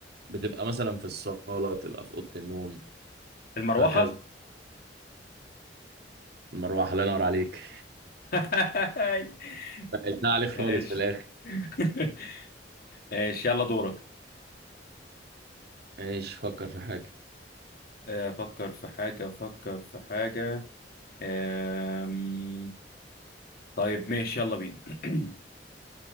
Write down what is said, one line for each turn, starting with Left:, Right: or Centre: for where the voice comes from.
Right: بتبقى مثلا في الصالة بتبقى في أوضة النوم
Left: المروحه
Right: هكذا المروحة الله ينور عليك
Left: <laughs>
Right: <laughs> سهلتها عليك خالص
Left: ماشي
Right: في الآخر
Left: <laughs> ماشي يلا دورك
Right: ماشي فكر في حاجة
Left: آه، افكر في حاجه افكر في حاجه أم. طيب ماشي يلا بينا <clears throat>